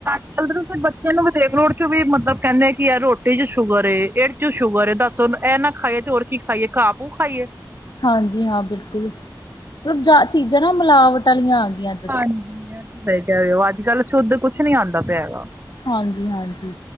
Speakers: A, on the right; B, on the left.
A: ਚੱਲਦੇ ਬੱਚਿਆਂ ਨੂੰ ਵੀ ਦੇਖਲੋ, ਉਹਦੇ 'ਚ ਵੀ ਮਤਲਬ ਕਹਿੰਦੇ ਕਿ ਐ ਰੋਟੀ 'ਚ ਸ਼ੂਗਰ ਐ ਇਹ 'ਚ ਵੀ ਸ਼ੂਗਰ ਏ, ਦੱਸ ਸੁਣ, ਇਹ ਨਾ ਖਾਈਏ ਤੇ ਹੋਰ ਕੀ, ਖਾਈਏ ਕਾਹ ਪੂ ਖਾਈਏ।
B: ਹਾਂਜੀ, ਹਾਂ ਬਿਲਕੁਲ, ਮਤਲਬ ਜਾ ਚੀਜ਼ਾਂ ਨਾ, ਮਿਲਾਵਟ ਵਾਲੀਆਂ ਆ ਗਈਆ।
A: ਹਾਂਜੀ, ਇਹ ਤੇ ਸਹੀ ਕਹਿ ਰਹੇ ਹੋ, ਅੱਜ - ਕੱਲ ਸ਼ੁੱਧ ਕੁਛ ਨੀ ਆਂਦਾ ਪਿਆ ਹਗਾ।
B: ਹਾਂਜੀ-ਹਾਂਜੀ।